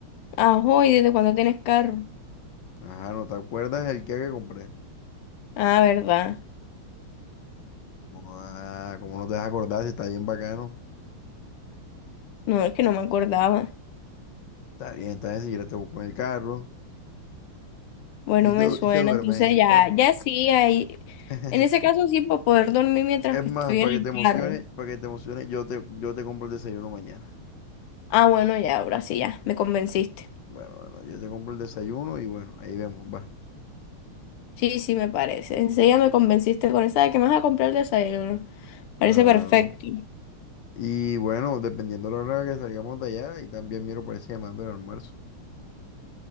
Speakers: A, on the left; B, on the left.
A: Ajo, ¿y desde cuándo tienes carro?
B: Ajá, ¿no te acuerdas el que que compré?
A: Ah, ¿verdad?
B: Ah, ¿cómo no te vas a acordar si está bien bacano?
A: No, es que no me acordaba.
B: Está bien, está bien, si quieres te busco en el carro
A: Bueno,
B: y
A: me
B: te,
A: suena.
B: y te duermes
A: Entonces
B: en el
A: ya,
B: carro.
A: ya sí, ahí.
B: <laughs>
A: En ese caso sí, para poder dormir mientras
B: Es
A: que
B: más,
A: estoy
B: para
A: en el
B: que te emociones,
A: carro.
B: para que te emociones, yo te, yo te compro el desayuno mañana.
A: Ah, bueno, ya, ahora sí, ya, me convenciste.
B: Bueno, bueno, yo te compro el desayuno y bueno, ahí vemos, va.
A: Sí, sí, me parece. Enseguida me convenciste con esa de que me vas a comprar el desayuno. Parece
B: Claro.
A: perfecto.
B: Y bueno, dependiendo de la hora que salgamos de allá, y también miro para ese llamando el almuerzo.